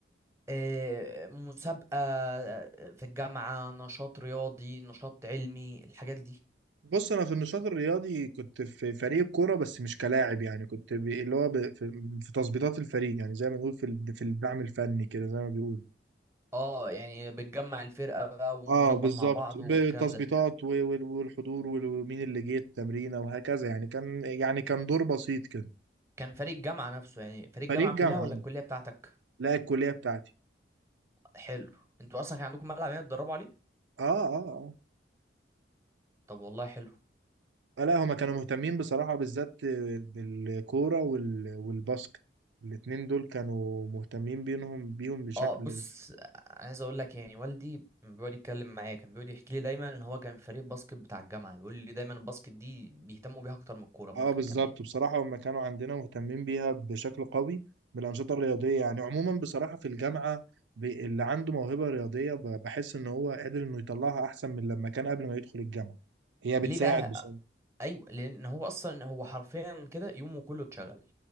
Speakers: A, on the right; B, on the right.
A: آه، مسابقة آه، في الجامعة نشاط رياضي نشاط علمي الحاجات دي
B: بص انا في النشاط الرياضي كنت في فريق كوره بس مش كلاعب يعني كنت ب- اللي هو ب- في في تظبيطات الفريق يعني زي ما بنقول في ال- في الدعم الفني كده زي ما بيقول
A: اه يعني بتجمع الفرقة بقى ونظبط
B: اه بالظبط
A: مع بعض والكلام
B: بالتظبيطات
A: ده
B: و- وال- والحضور وال- ومين اللي جه التمرينه وهكذا يعني كان يعني كان دور بسيط كده
A: كان فريق الجامعة نفسه يعني فريق
B: فريق
A: الجامعة
B: جامعه
A: كلها ولا الكلية بتاعتك
B: لا الكليه بتاعتي
A: حلو انتوا اصلا كان عندكم ملعب يعني تدربوا عليه
B: اه اه اه
A: طب والله حلو
B: آه، لا هما كانوا مهتمين بصراحه بالذات بالكوره وال- والباسكت الاتنين دول كانوا مهتمين بينهم بيهم بشكل
A: اه بص عايز اقول لك يعني والدي بيقعد يتكلم معايا كان بيقعد يحكي لي دايما ان هو كان فريق باسكت بتاع الجامعه بيقول لي دايما الباسكت دي بيهتموا بيها اكتر من الكوره ممكن
B: اه بالظبط
A: كمان
B: بصراحة هم كانوا عندنا مهتمين بيها بشكل قوي بالأنشطة الرياضية يعني عموما بصراحة في الجامعة ب- اللي عنده موهبة رياضية ب- بحس إن هو قادر إنه يطلعها أحسن من لما كان قبل ما يدخل الجامعة هي بتساعد
A: ليه بقى
B: بصراحة
A: ايوه لان هو اصلا هو حرفيا كده يومه كله اتشغل